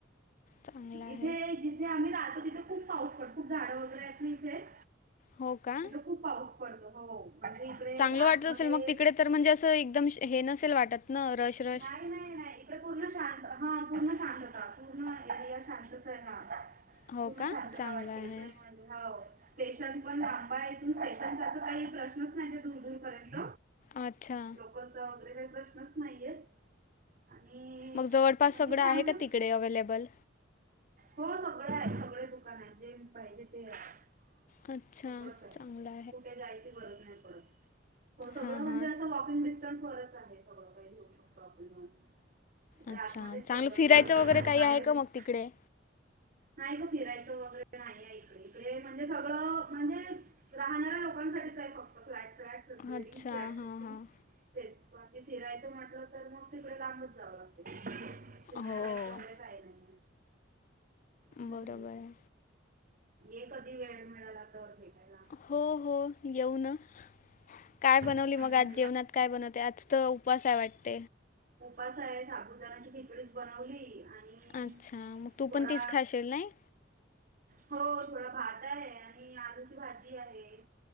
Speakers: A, on the left; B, on the right.
A: चांगलं आहे
B: इथे जे आम्ही राहतो तिथे खूप पाऊस पडतो. खूप झाडं वगैरे आहेत ना इथे.
A: हो का
B: खूप पाऊस पडतो, हो. इकडे
A: चांगलं वाटत
B: आतमध्ये
A: असेल मग तिकडे तर म्हणजे, असं एकदम हे नसेल वाटत ना. रश
B: नाही नाही नाही. पूर्ण शांत हा पूर्ण शांत होता पूर्ण एरिया शांत आहे ना,
A: हो
B: पुर्ण
A: का
B: शांतता
A: चांगलं
B: वाटते
A: आहे
B: इकडे हो स्टेशन पण लांबा इथून स्टेशनचा काही प्रश्नच नाही दूर दूर पर्यंत,
A: अच्छा,
B: वगैरे प्रश्नच नाहीयेत. आणि
A: मग जवळपास
B: म्हणजे
A: सगळं
B: शांतच.
A: आहे का तिकडे अवेलेबल?
B: हो सगळे आहेत सगळे दुकान आहेत जे पाहिजे ते आहे.
A: अच्छा
B: सगळंच आहे
A: चांगलं
B: कुठे जायची गरज नाही पडत. सगळं
A: हां,
B: म्हणजे
A: हां.
B: असं वॉकिंग डिस्टन्स वरच आहे सगळं काही घेऊ शकतो आपण घन, सगळे
A: अच्छा
B: आतमध्येच
A: चांगलं
B: सगळं
A: फिरायचं
B: मिळत
A: वगैरे काही
B: बाहेर
A: आहे का
B: जयेची,
A: मग तिकडे?
B: नाही ग फिरायचं वगैरे नाही इक इकडे म्हणजे सगळं म्हणजे, राहणाऱ्या लोकांसाठीच आहे फक्त फ्लॅट फ्लॅट बिल्डिंग
A: अच्छा.
B: फ्लॅट
A: हां,
B: सिटीम.
A: हां.
B: तेच बाकी फिरायचं म्हटलं तर मग तिकडे लांबच जाव लाग, फिरणारा
A: हो.
B: वैरे काय नाही. आहे हम्म.
A: बरोबर आहे.
B: ये कधी वेळ मिळाला तर भेटायला,
A: हो हो येऊ न काय बनवली
B: हम्म.
A: मग आज जेवणात काय बनवते आज त, उपसा आहे वाटत.
B: उपसा आहे साबुदाणाची खिचडीच बनवली. आणि
A: अच्छा मग तू
B: थोडा
A: पण तीच खाशील नाइ.
B: हो थोडा भात आहे आणि आलूची भाजी आहे.